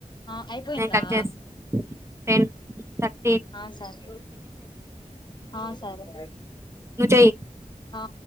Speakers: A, on the left; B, on the right.
A: ఆ అయిపోయిందా.
B: నేను కట్ చేస్తా టెన్ థక్
A: ఆ సార్ ఆ సరే.
B: నువ్వు చెయ్యి
A: ఆ.